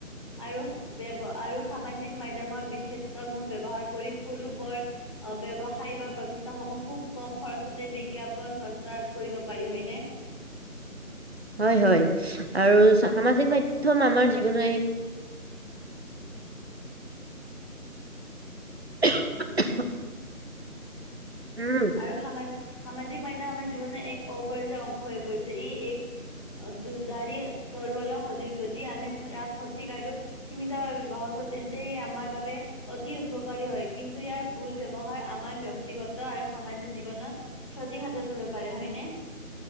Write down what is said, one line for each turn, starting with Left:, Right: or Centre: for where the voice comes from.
Left: আৰু ব্যৱ আৰু সামাজিক মাধ্যমৰ বিশষষমূহ ব্যৱহাৰ কৰি সৰু বৰ ব্যৱসায়ী বা প্ৰতিষ্ঠাসমূহ খুব কম খৰচতে বিজ্ঞাপন প্ৰস্তাৱ কৰিব পাৰি হয়নে
Right: হয় হয় আৰু সামাজিক মাধ্যম আমাৰ জীৱনৰ এক <unintelligible> উম
Left: আৰু সামান সামাজিক মাধ্যম আমাৰ জীৱনৰ এক অপ্ৰয় অংশ হৈ পৰিছে ই এক দুদাৰি তৰৱালৰ সদৃশ যদি আমি ইয়াক সঠিক আৰু সীমিতভাৱে ব্যৱহাৰ কৰো তেন্তে ই আমাৰ বাবে অতি উপকাৰী হয় কিন্তু ইয়াৰ ভুল ব্যৱহাৰ আমাৰ ব্যক্তিগত আৰু সামাজিক জীৱনৰত ক্ষতি সাধন কৰিব পাৰে হয়নে।